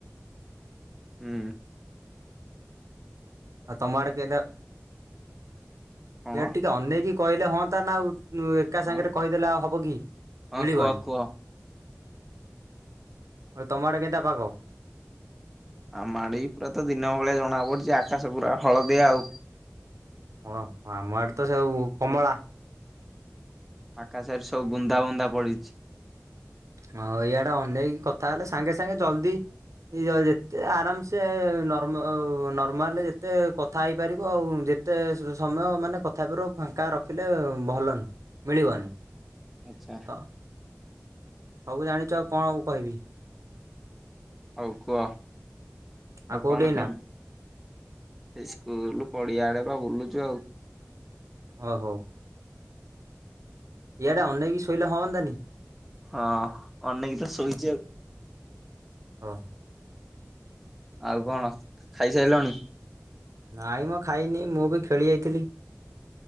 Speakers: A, in the centre; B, on the right.
A: ହୁଁ।
B: ଆଉ ତମ ଆଡେ କେତିଆ
A: କଣ
B: ଇଆଡ ଟିକେ ଅନେଇକି କହିଲେ ହୁଅନ୍ତା ନା ଆଉ ଏକା
A: ହଁ
B: ସାଙ୍ଗରେ
A: କ
B: କହିଦେଲା ଆଉ ହବ କି
A: ହଁ
B: ମିଳିବନି।
A: କୁହ କୁହ
B: ଆଉ ତମ ଆଡେ କେନ୍ତା ପାଗ?
A: ଆମା ଆଡ଼େ ତ ପୁରା ତ ଦିନ ଭଳିଆ ଜଣା ପଡୁଛି ଆକାଶ ପୁରା ହଳଦିଆ ଆଉ।
B: ଓହୋ ଆମ ଆଡେ ତ ସବୁ କମଳା।
A: ଆକାଶରେ ସବୁ ବୁନ୍ଧା ବନ୍ଧା ପଡିଛି।
B: ହ ଇଆଡା ଅନେଇକି କଥା ହେଲେ ସାଙ୍ଗେ ସାଙ୍ଗେ ଜଲଦି ଯେତେ ଆରାମସେ ସେ ନର୍ମ ନର୍ମାଲରେ ଯେତେ କଥା ହେଇପାରିବ ଆଉ ଯେତେ ସମୟ ମାନେ କ ଠାକୁର୍ ଫାଙ୍କା ରଖିଲେ ଭଲ ନୁହଁ ମିଳିବନି।
A: ଆଚ୍ଛା।
B: ତ ସବୁ ଜାଣିଛ ଆଉ କଣ କହିବି?
A: ହଉ କୁହ ଆଉ
B: ଆଉ କୋଉଠି
A: କଣ
B: ଏଇନା
A: କେମତି? ଏଇ ସ୍କୁଲ ପଡିଆଡେ ତ ବୁଲୁଛୁ ଆଉ।
B: ଓ ହଉ। ଇଆଡ଼େ ଏନେଇକି ଶୋଇଲେ ହନ୍ତାନି।
A: ହଁ ଅନେକି ତ ଶୋଇଛି ଆଉ।
B: ହଁ।
A: ଆଉ କଣ ଖାଇସାରିଲଣି?
B: ନାଇଁ ମଁ ଖାଇନି ମୁଁ ବି ଖେଳି ଯାଇଥିଲି।